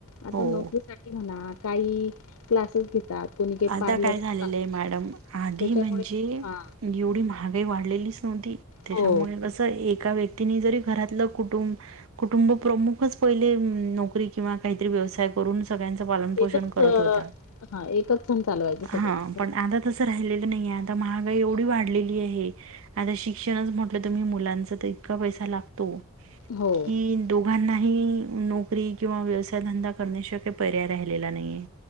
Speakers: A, on the left; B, on the right.
A: आता
B: हो
A: नोकरीसाठी म्हणा, काही क्लासेस घेत तात. कोणी काही
B: आता
A: पार्लर
B: काय झालेलं
A: चालवतं,
B: आहे मॅडम आधी
A: त्याच्यामुळे
B: म्हणजे
A: हा
B: एवढी महागाई वाढलेलीच नव्हती. त्याच्यामुळे
A: हो
B: कसं एका व्यक्तीने जरी घरातलं कुटुंब कुटुंब प्रमुखच पहिले नोकरी किंवा काहीतरी व्यवसाय करून, सगळ्यांच पालनपोषण
A: एकच
B: करत होता.
A: हा एकच सण चालवायचं
B: हा,
A: सगळं
B: पण आता तसं राहिलेलं नाहीये, आता महागाई एवढी वाढलेली आहे, आता शिक्षणच म्हटलं तुमी मुलांचं, तर इतका पैसा लागतो
A: हो
B: की दोघांना की नोकरी किंवा व्यवसायधंदा करण्याशिवाय काय पर्याय राहिलेला नाहीये.